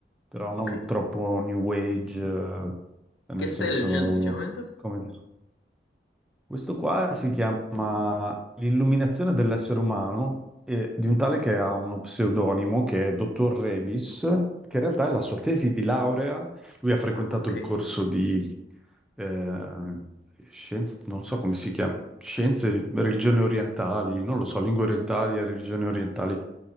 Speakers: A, in the centre; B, on the left (about 85°).
A: però
B: Ok.
A: non troppo new age, eh, nel
B: Che stai
A: senso,
B: leggendo ultimamente?
A: come dire. Questo qua si chiama L'illuminazione dell'essere umano e di un tale che ha uno pseudonimo che è Dottor Rebis, che in realtà è la sua tesi di laurea. Lui ha frequentato
B: Ah, ok.
A: il corso di eh, Scienze, non so come si chiama, scienze, religioni orientali, non lo so, lingue orientali e religioni orientali,